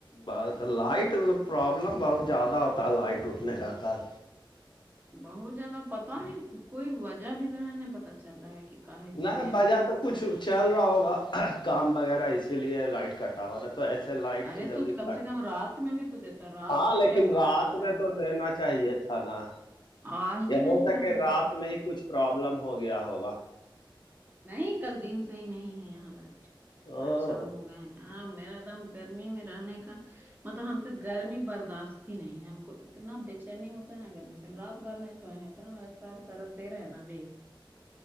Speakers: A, on the left; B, on the right.
A: بس لائٹ پرابلم بہت زیادہ ہوتا ہے لائٹ اٹھنے رہتا ہے
B: بہت زیادہ پتا نہیں کوئی وجہ بھی تو نہیں پتا چل رہا ہے کہ کاہے کے
A: نہ
B: لیے
A: وجہ تو کچھ چل رہا ہوگا کام وغیرہ اسی لیے لائٹ کٹا ہوا تو ایسے لائٹ
B: ارے
A: تو جلدی کٹ
B: کم سے کم
A: ہے
B: رات میں بھی تو دیتا رات
A: ہاں لیکن
B: میں کیا کام
A: رات
B: چل رہا
A: میں
B: ہوگا
A: تو دینا چاہیے تھا نا
B: آ ہی
A: یا
B: نہیں
A: ہو سکے
B: رہا
A: رات
B: ہے
A: میں ہی کچھ پروابلم ہو گیا ہوگا
B: نہیں کل دن سے ہی نہیں ہے یہاں لائٹ
A: ا
B: پریشان ہو گئے ہیں ہاں میرا دم گرمی میں رہنے کا مطلب ہم سے گرمی برداشت ہی نہیں ہے ہم کو اتنا بےچینی ہوتا ہے نا گرمی سے ہم رات بھر میں سوئے ہیں ہمارا سر درد دے رہا ہے نا ابھی